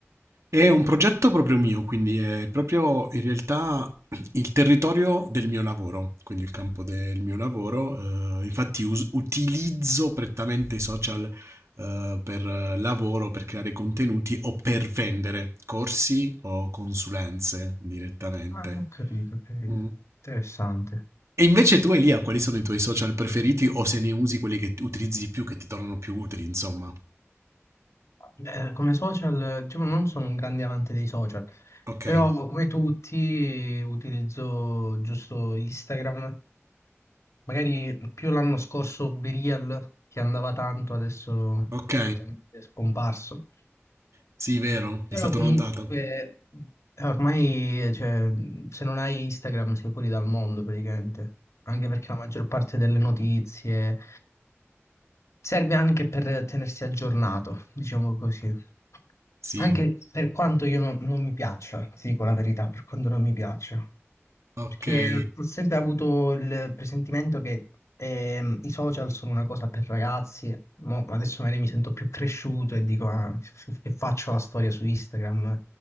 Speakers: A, on the right; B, on the left.
A: È un progetto proprio mio, quindi è proprio in realtà il territorio del mio lavoro, quindi il campo del mio lavoro. eh, infatti us- utilizzo prettamente i social eh, per eh, lavoro, per creare contenuti o per vendere corsi o consulenze direttamente.
B: Ah, ho capito, ho capito.
A: Mm.
B: Interessante.
A: E invece tu, Elia, quali sono i tuoi social preferiti o se ne usi quelli che utilizzi di più, che ti tornano più utili, insomma?
B: Beh, come social, diciamo, non sono un grande amante dei social,
A: Ok,
B: però come tutti utilizzo giusto Instagram, magari più l'anno scorso BeReal che andava tanto, adesso
A: ok,
B: totalmente scomparso.
A: sì, vero,
B: Però
A: è stato
B: comunque
A: inondato.
B: eh, ormai cioè, se non hai Instagram sei fuori dal mondo praticamente, anche perché la maggior parte delle notizie serve anche per tenersi aggiornato, diciamo così.
A: Sì,
B: Anche per quanto io non, non mi piaccia, ti dico la verità, per quanto non mi piaccia.
A: okay,
B: Perché ho sempre avuto il presentimento che ehm, i social sono una cosa per ragazzi, Mo adesso magari mi sento più cresciuto e dico "Ah, che faccio la storia su Instagram,